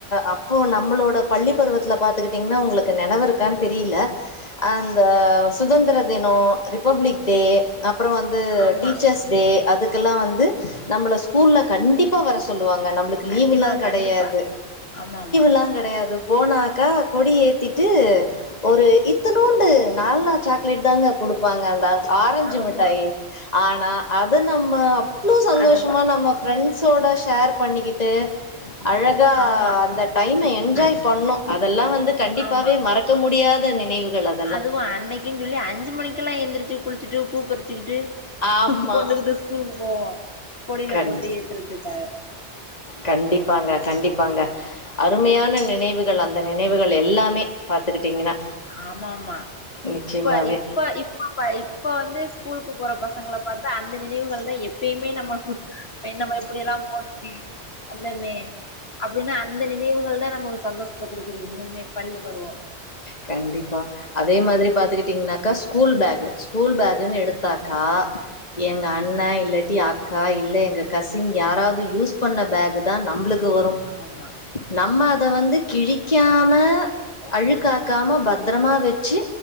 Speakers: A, on the left; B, on the left.
A: அப் ப்போ நம்மளோட பள்ளி பருவத்துல பாத்துக்கிட்டிங்கன்னா உங்களுக்கு நெனவு இருக்கான்னு தெரீல அந்த சுதந்திர தினோ ரிபப்ளிக் டே அப்பறோ வந் து
B: ஆமா
A: டீச்சர்ஸ் டே அதுக்கெல்லா வந்து நம்மள ஸ்கூல்ல கண்டிப்பா வர சொல்லுவாங்க நம்மளுக் கு
B: கண்டிப்பா
A: லீவுல்லா கெடையாது
B: கண்டிப்பா ஆமாமா
A: லா கெடையாது போனாக்கா கொடி ஏத்திட்டு ஒரு இத்துநூண்டு நால்னா சாக் க்லேட் தாங்க குடுப்பாங்க அந்த ஆரஞ்சு
B: ஆமா ஆமா
A: மிட்டாயி ஆனா அது நம்ம வ்ளோ சந்தோஷமா
B: அதவா
A: நம்ம ஃப்ரெண்ட்ஸோட ஷேர் பண்ணிக்கிட்டு அழகா
B: ஆமா
A: அந்த டைம என்ஜாய்
B: அ
A: பண்ணோ அதெல்லா வந்து கண்டிப்பாவே
B: ஆமா
A: மறக்க முடியாத நினைவுகள் அது
B: அதுவு அன்னைக்குன் சொல்லி அஞ்சு மணிக்கெல்லா எந்திரிச்சு குளிச்சுட்டு பூ பறிச்சுக்கிட்டு
A: ஆமா
B: கொண்டுக்குட்டு ஸ்கூலுக்கு போவோ கொடியில
A: கண்
B: போட்டு ஏத்துறதுக்காக
A: கண்டிப்பாங்க கண்டிப்பாங்க அருமையான நினைவுகள் அந்த நினைவுகள் எல்லாமே பாத்துக்கிட்டீங்கன்னா
B: ஆமா ஆமா
A: நிச்சயமாவே
B: இப்ப இப்ப இ மாபா இப்ப வந்து ஸ்கூலுக்கு போற பசங்கள பாத்தா அந்த நினைவுகள் எப்பயுமே நம்மக்கு எ நம்ம எப்டியெல்லா போ பி வந்தமே அப்டின்னா அந்த நினைவுகள் தா நம்மளுக்கு சந்தோஷத்த கொடுக்குது இன்னுமே பள்ளி பருவோ
A: கண்டிப்பா அதே மாதிரி பாத்துக்கிட்டீங்கனாக்கா ஸ்கூல் பேக்கு ஸ்கூல் பேக்குன்னு எடுத்தாக்கா எங்க
B: ம்
A: அண்ண இல்லாட்டி அ க்கா இல்ல எங்க கசின் யாராவது யூஸ் பண்ண பேக்கு தா நம்மளுக்கு வரு
B: ஆமா
A: நம்ம அத வந்து கிழிக்காம அழுக்காக்காம பத்திரமா வெச்சு